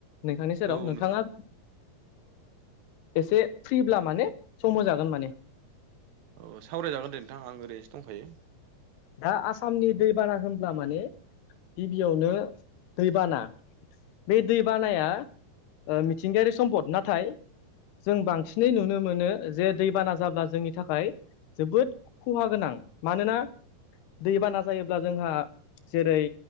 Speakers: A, on the left (about 85°); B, on the right (about 70°).
A: नोंथांनि सेराव
B: औ
A: नोंथाङा
B: नोंथां
A: एसे फ्रिब्ला माने सम होजागोन माने।
B: औ सावरायजागोन दे नोंथां आं ओरैनोसो दंखायो।
A: दा आसामनि दैबाना होनब्ला माने गिबियावनो दैबाना। बे दै बानाया मिथिंगायारि सम्पद नाथाय। जों बांसिनै नुनो मोनो जे दैबाना जाब्ला जोंनि थाखाय। जोबोद खहा गोनां मानोना दैबाना जायोब्ला जोंहा जेरै